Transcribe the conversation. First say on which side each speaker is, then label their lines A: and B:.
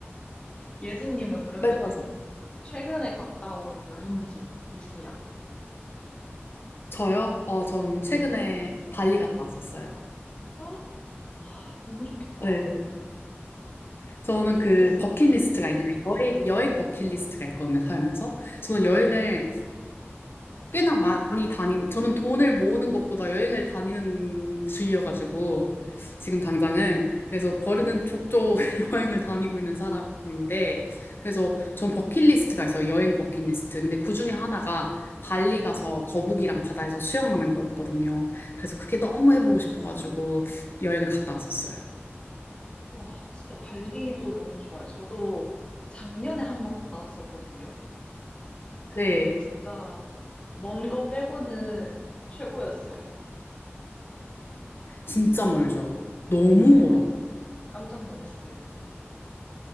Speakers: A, on the left; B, on the left.
A: 예진님은 그러면은,
B: 말씀하세요.
A: 최근에 갔다 온 여행지 있으세요?
B: 저요? 어, 전 최근에
A: 네.
B: 발리 갔다 왔었어요.
A: 아, 너무 좋겠다.
B: 네. 저는 그
A: 어땠어요?
B: 버킷리스트가 있는데, 여행, 여행 버킷리스트가 있거든요, 살면서. 저는 여행을 꽤나 많이 다니는, 저는 돈을 모으는 것보다 여행을 다니는 주의여가지고, 지금 당장은.
A: 음.
B: 그래서 버르는 족족 <laughs> 여행을 다니고 있는 사람인데, 그래서 전 버킷리스트가 있어요. 여행 버킷리스트. 근데 그 중에 하나가 발리 가서 거북이랑 바다에서 수영하는 거였거든요. 그래서 그게 너무 해보고 싶어가지고 여행을 갔다 왔었어요.
A: 와, 진짜 발리도 너무 좋아요. 저도 작년에 한 번 갔다 왔었거든요. 근데
B: 네,
A: 진짜, 먼 거 빼고는 최고였어요.
B: 진짜 멀죠. 너무
A: 네,
B: 멀어.
A: 저 깜짝 놀랐어요.